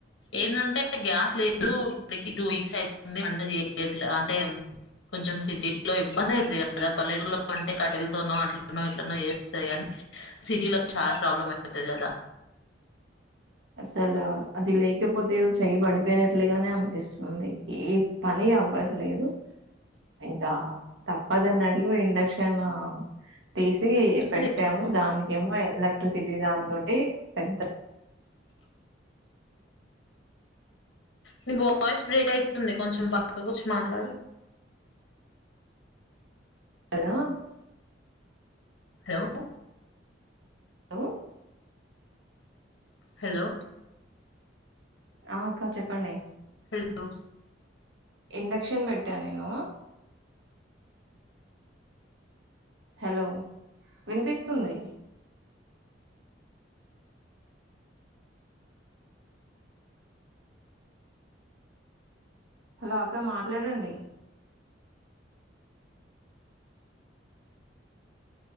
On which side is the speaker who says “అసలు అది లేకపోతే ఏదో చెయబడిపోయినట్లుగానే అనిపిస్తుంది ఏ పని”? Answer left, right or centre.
Right